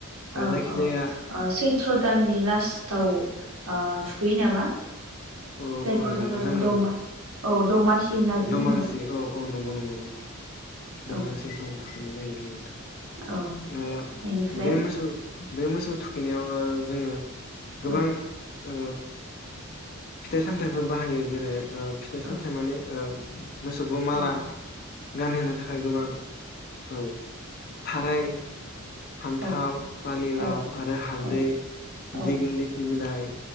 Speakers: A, on the left; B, on the right.
A: ओ
B: औ
A: जायखिजाया
B: औ सैथ्र दाननि लास्टआव ओ थुखैयो नामा
A: औ
B: जायखौ
A: औ नंगौ
B: जोङो
A: जानांगौ
B: दमा औ दमासि होनना जि
A: दमांसि
B: बुङो
A: औ औ नंगौ नंगौ नंगौ दमांसि
B: औ
A: समाव थु <unintelligible>
B: औ
A: ओ
B: बेनिफ्राय
A: बे मोसौ बे मोसौ थुखैनायाव जोङो गोबां
B: औ
A: ओ फिथाइ सामथाइफोर बाहायो जेरै- ओ फिथाइ
B: औ
A: सामथाइ माने ओ मोसौखौ माला
B: औ
A: गानहोनो थाखाय गोबां औ थाराय फान्थाव
B: औ
A: पानिलाव
B: औ
A: आरो हालदै
B: औ औ
A: दिग्लिलिथि बिलाइ